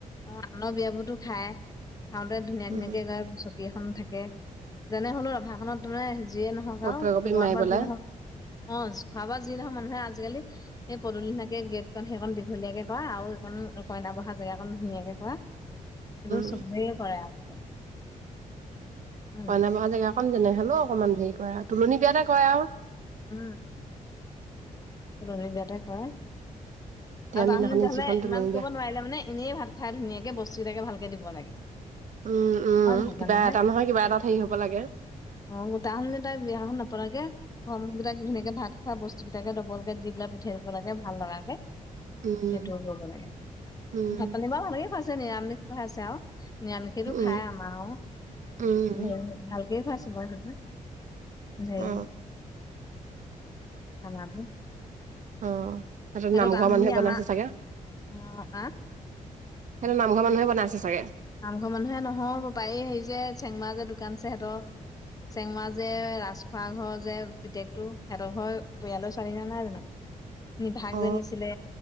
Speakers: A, on the left (about 25°); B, on the right (about 60°).
A: অ, আনৰ বিয়াবোৰতো খাই খাওঁতে ধুনীয়া
B: উম
A: ধুনীয়াকে গ চকী এখন থাকে, যেনে হ'লেও ৰভাখনত যিয়ে নহওক
B: ফটো
A: আৰু
B: একপি
A: খোৱা
B: মাৰি
A: বা
B: পেলাই
A: যি নহওক অ খোৱা বা যি নহক মানুহে আজিকালি সেই পদূলিনাকে গেটখন সেইখন দীঘলীয়াকে কৰা আৰু এইখন কইনা বহা জেগাখন ধুনীয়াকে কৰা। সেইটো চবেই
B: উম,
A: কৰে আজিকালি হয়
B: কয়না
A: নহয়
B: বহা জেগা যেনে হালেও অকণমান হেৰি কৰা, তুলননি বিয়াতে কৰে আৰু
A: উম। তুলনী বিয়াতে কৰে,
B: এতিয়া
A: আৰু
B: আমি
A: তাহনী
B: সেইদিনাখনি
A: বিয়া হলে
B: যিখন তুলনি
A: ইমান
B: বিয়া
A: কৰিব নোৱাৰিলে মানে এনেই ভাত খোৱাই ধুনীয়াকে বস্তুকেইটাকে ভালকে দিব লাগে।
B: উম, উম,
A: হয় নহয়
B: কিবা
A: মানে
B: এটা নহয় কিবা এটা হেৰি হ'ব লাগে।
A: অ তাৰ সলনি তাই বিয়াখন নপাতাকে ঘৰ মানুহকেইটাক ধুনীয়াকে ভাত খোৱা বস্তু কেইটাকে দবল দি পেলাই পঠিয়াই দিব লাগে ভাল লগাকে।
B: উম
A: সেইটো কৰিব লাগে,
B: উম
A: ভাত পানী বাৰু ভালকে খোৱাইছে নিৰামিষ খোৱাইছে আৰু। নিৰামিষো
B: উম
A: খাই আমাৰ
B: উম
A: ভালকে খাইছো বাৰ এই
B: অ
A: খানাটো
B: অ, সিহঁত নামঘৰ
A: তাহানি
B: মানুহে
A: আমাৰ
B: বনাইছে চাগে।
A: অ আহ
B: সেইটো নামঘৰ মানুহে বনাইছে চাগে
A: নামঘৰ মানুহে নহয় পাৰি হেৰি বপাই যে চেংমা যে দোকানছে সিহঁতৰ। চেংমা যে ৰাজখোৱা ঘৰ যে প্ৰত্যেকটো সিহঁতৰ ঘৰ পৰিয়ালৰ ছোৱালী নে নাই জানো। নিভাগ
B: অ
A: যে নিছিলে